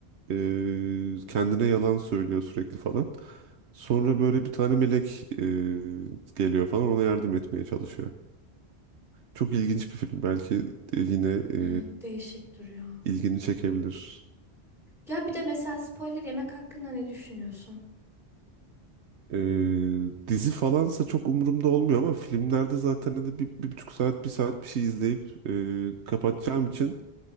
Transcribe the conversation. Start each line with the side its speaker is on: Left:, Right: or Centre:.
Right: Ee, kendine yalan söylüyor sürekli falan. Sonra böyle bir tane melek e, geliyor falan ona yardım etmeye çalışıyor. Çok ilginç bir film. Belki e, yine e,
Centre: Evet değişik duruyor.
Right: ilgini çekebilir.
Centre: Ya bir de mesela spoiler yemek hakkında ne düşünüyorsun?
Right: E, dizi falansa çok umurumda olmuyor ama filmlerde zaten hani bir, bir buçuk saat, bir saat bir şey izleyip e, kapatacağım için